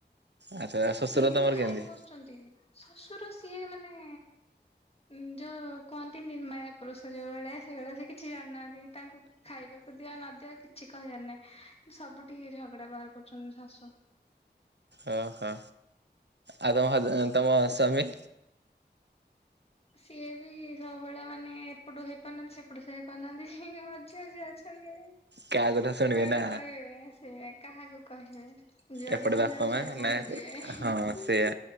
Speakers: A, on the right; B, on the left.
A: ଆଚ୍ଛା ଶ୍ୱଶୁର
B: ସିଏ କିନ୍ତୁ
A: ତମର
B: ଖାଇକି
A: କେମିତି?
B: ବସୁଛନ୍ତି ଶଶୁର ସିଏ ମାନେ। ଉଁ ଯୋଉ କୁହନ୍ତି ନିର୍ମାୟା ପୁରୁଷ ଯୋଉ ଭଳିଆ ସେଇଭଳିଆ ସେ କିଛି ଜାଣିନାହାନ୍ତି ତାଙ୍କୁ। ଖାଇବାକୁ ଦିଅ ନଦିଅ କିଛି କହିବାର ନାହିଁ କିନ୍ତୁ ସବୁ ଠିକି ଝଗଡା ବାହାର କରୁଛନ୍ତି ଶାଶୁ।
A: ଅ ହଁ ଆଉ ତମ ହଜ ତମ ସ୍ୱାମୀ।
B: ସିଏ ବି ସବୁବେଳେ ମାନେ ଏପଟୁ ହେଇପାରୁନାହାନ୍ତି ସେପଟୁ ସେ ହେଇପାରୁନାହାନ୍ତି। ସିଏ ମଝି, ମଝି ଅଛନ୍ତି
A: କାହା କଥା ଶୁଣିବେ
B: କୁଆଡେ
A: ନା
B: କହିବେ ସେଇଆ। କାହାକୁ କହିବେ ଯୁଆଡୁ
A: ଏପଟେ
B: କହିଲା
A: ବାପା
B: ବେଳୁ
A: ମା
B: ସିଆଡୁ ଫସିଯିବେ।
A: ନା ହଁ ସେଇଆ